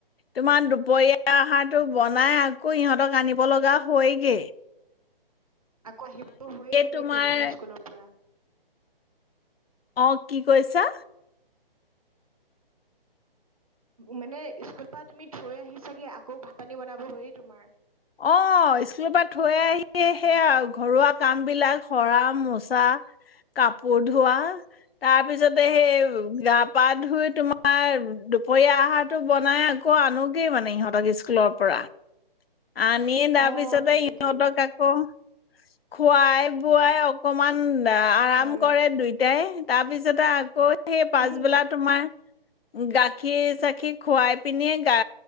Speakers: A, on the left (about 75°); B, on the right (about 35°).
A: তোমাৰ দুপৰীয়া আহাৰটো বনাই আকৌ ইহঁতক আনিব লগা হয়গেই।
B: আকৌ আহিব হৈয়ে চাগে
A: তোমাৰ
B: সিহতি স্কুলৰ পৰা।
A: অ কি কৈছা?
B: মানে স্কুল পৰা তুমি থৈ আহিছাগে আকৌ ভাত পানী বনাব হয়য়ে তোমাৰ।
A: অ স্কুলৰ পৰা থৈ আহিয়ে সেইয়া ঘৰুৱা কাম বিলাক সৰা মোচা কাপোৰ ধোৱা তাৰপিছতে সেই গা পা ধুই তোমাৰ দুপৰীয়া আহাৰটো বনাই আকৌ আনোগেই মানে ইহঁতক স্কুলৰ পৰা আনিয়ে তাৰপিছতে
B: অ ঠিকে
A: সিহঁতক
B: ঠিকে
A: আকৌ খোৱাই বোৱাই। অকমান। আৰাম
B: মই
A: কৰে দুইটাই। তাৰ পিছতে আকৌ সেই পাছবেলা
B: উম
A: তোমাৰ গাখীৰ চাখি খুৱাই পিনি গা